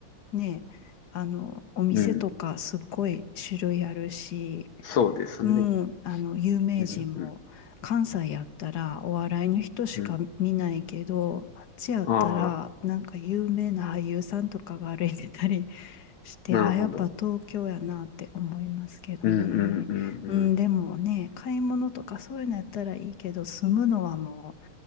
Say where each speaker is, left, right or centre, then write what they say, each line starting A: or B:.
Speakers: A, on the left; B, on the left.
A: あ、ね、あの、お店とかすっごい種類あるし、
B: うん、そうですね。
A: うん、あの、有名人も、
B: うん、うん、
A: 関西やったらお笑いの人しか見ないけど、
B: うん。
A: あっちやったら、
B: ああ、
A: なんか有名な俳優さんとかが歩いてたり <laughs> して、
B: なるほど。
A: あ、やっぱ東京やなって思いますけどね。
B: うん、うん、うん、
A: うん、でもね、買い物とかそういうのやったらいいけど、住むのはもう、